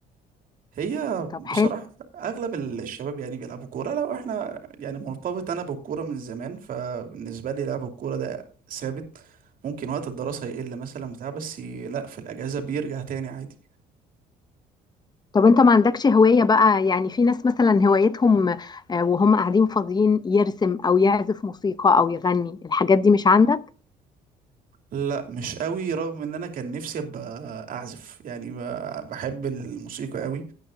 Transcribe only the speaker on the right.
هي
بصراحة
اغلب ال- الشباب يعني بيلعبوا كورة لو احنا يعني مرتبط انا بالكورة من زمان فبالنسبة لي لعب الكورة ده ثابت ممكن وقت الدراسة يقل مثلا بتاع بس ي- لا في الاجازة بيرجع تاني عادي
لا مش قوي رغم ان انا كان نفسي ابقى اعزف يعني ب- بحب الموسيقى قوي